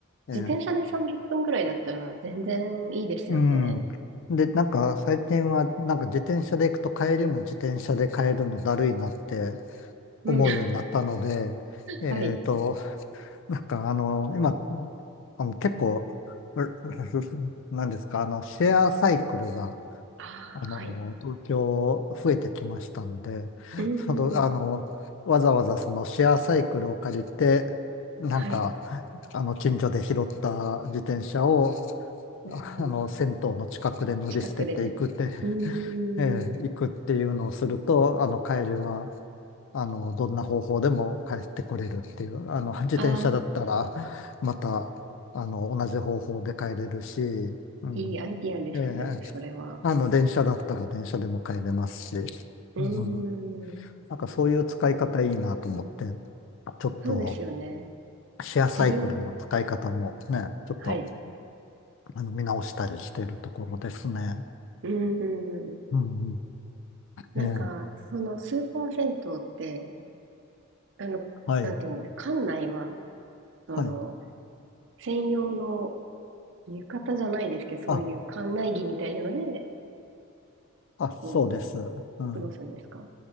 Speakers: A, on the left; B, on the right.
A: ええ
B: 自転車で30分くらいだったら全然いいですよね。
A: うん。で、なんか最近はなんか自転車で行くと帰りも自転車で帰るのだるいなって
B: うん。
A: 思うようになったので、
B: <laughs>
A: えっと、
B: はい。
A: なんかあの、今、あの結構、う <laughs> なんですか、あの、シェアサイクルが、
B: ああ、
A: あの、
B: はい。
A: 東京増えてきましたんで、
B: うんうん。
A: ちょうどあの、わざわざそのシェアサイクルを借りて、なんか、
B: はい。
A: あの、近所で拾った自転車を、
B: うんうん。
A: ああの、銭湯の近くで乗り捨てていくって、
B: 近くで。うー
A: ええ、
B: ん。
A: 行くっていうのをすると、あの、帰りは、あの、どんな方法でも帰ってこれるっていう、あの、自転車だったら、
B: ああ、
A: また、あの、同じ方法で帰れるし、うん。
B: いいアイディアです。
A: ええ
B: それは。
A: あの、電車だったら電車でも帰れますし、
B: うー
A: うん。
B: ん。
A: なんかそういう使い方いいなと思って、ちょっと、
B: そうですよね。
A: シェアサイクルの使い方もね、
B: 自分、
A: ちょっと、
B: はい。
A: あの、見直したりしてるところですね。
B: うーん。
A: うんうん。
B: なんか、
A: ええ
B: そのスーパー銭湯って、あの、
A: はい。
B: なんていうんですか、館内は、その、
A: はい。
B: 専用の浴衣じゃないですけど、そういう館内着みたいなので、
A: あ、あ、
B: こう、
A: そうです。うん。
B: 過ごすんですか